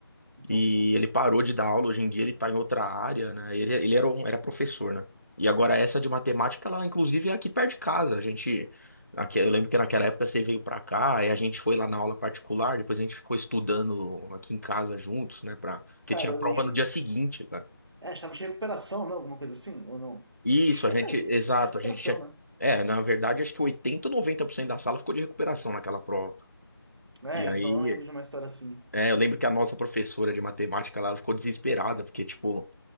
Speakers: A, on the right; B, on the left.
A: Então,
B: E
A: então.
B: ele parou de dar aula, hoje em dia ele tá em outra área, né? Ele, ele era, um- era professor, né? E agora essa de matemática, ela inclusive é aqui perto de casa. A gente aqui, eu lembro que naquela época você veio pra cá e a gente foi lá na aula particular, depois a gente ficou estudando aqui em casa juntos, né, para que
A: Cara,
B: tinha
A: eu
B: prova
A: lembro.
B: no dia seguinte, né.
A: É, estava de recuperação, não? Alguma coisa assim, ou não?
B: Isso,
A: Acho que
B: a gente,
A: era e-
B: exato,
A: é recuperação,
B: a gente tinha,
A: né?
B: é, na verdade, acho que 80 ou noventa por cento da sala ficou de recuperação naquela prova.
A: É,
B: E aí,
A: então eu lembro de uma história assim.
B: é, eu lembro que a nossa professora de matemática, lá, ela ficou desesperada, porque, tipo,